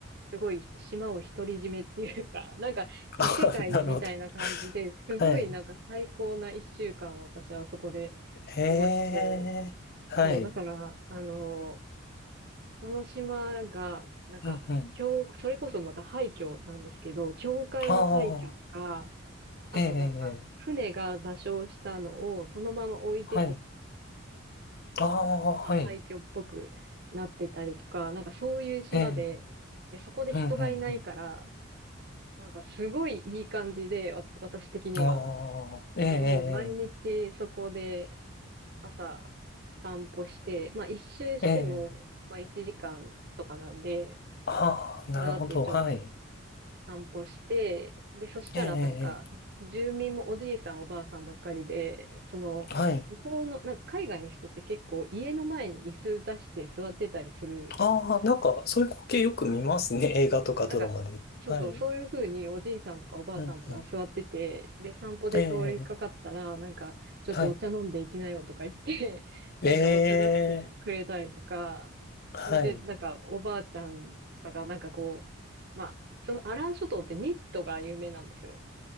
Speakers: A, on the right (about 50°); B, on the left (about 45°).
A: う、すごい島を独り占めっていうか、<laughs> なんか異世界みたいな感じで、
B: あ、なるほど。
A: すごいなんか最高な一週間を私はそこで過ごして、
B: はい。ええ、はい。
A: そう、だから、あの、その島が、なんか、
B: うん、うん。
A: 教、それこそまた廃墟なんですけど、教会の廃墟とか、
B: ああ、
A: あとなんか、
B: ええ、ええ、
A: 船が座礁したのをそのまま置いてて、
B: はい。ああ、
A: まあ、
B: はい。
A: 廃墟っぽくなってたりとか、なんかそういう島で、
B: ええ、
A: で、そこで人がいないから、
B: うん、うん、うん。
A: なんかすごいいい感じで、わ私的には。
B: ああ、え
A: で、もう毎日そこで
B: え、
A: 朝散歩して、まあ一周しても、
B: ええ、ええ、
A: まあ1時間とかなんで、
B: ああ、なるほど。
A: バーってちょっと
B: はい。
A: 散歩して、で、そしたらなんか、
B: ええ、ええ。
A: 住民もおじいさんおばあさんばっかりで、その、
B: はい。
A: 向こうの、なんか海外の人って結構家の前に椅子出して座ってたりする
B: ああ、なんか、そういう光景よく見ますね。映画とかドラマで。
A: そうそう、なんか、そうそう、
B: はい。
A: そういうふうにおじいさんとかおばあさんとか座ってて、
B: うんうん。
A: で、散歩で通りかかったら、
B: ええ、
A: なんか、ちょっとお茶飲んでいきなよとか言って、
B: はい。
A: <laughs>
B: ええ、
A: なんかお茶出してくれたりとか、
B: はい。
A: ほんで、なんかおばあちゃんとかがなんかこう、まあ、そのアラン諸島ってニットが有名なんですよ。